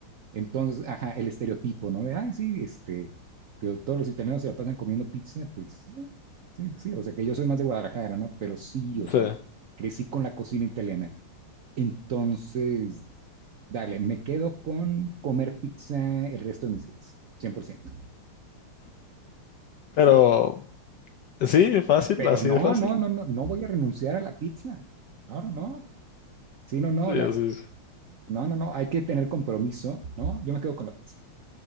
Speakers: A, on the right (about 65°); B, on the left (about 65°).
A: Entonces, ajá, el estereotipo, ¿no? De, ay, sí, este, que todos los italianos se la pasan comiendo pizza, pues, eh, sí, sí, sí. O sea, que yo soy más de Guadalajara, ¿no? Pero sí, o sea,
B: Sí.
A: crecí con la cocina italiana. Entonces, dale, me quedo con comer pizza el resto de mis días, 100%.
B: Pero
A: Sí.
B: sí, fácil,
A: Pero
B: así
A: no,
B: de fácil.
A: no, no, no, no voy a renunciar a la pizza. Ahora no. no. Sí, no, no,
B: Dios,
A: la,
B: Dios,
A: no, no, no, hay que tener compromiso, ¿no? Yo me quedo con la pizza.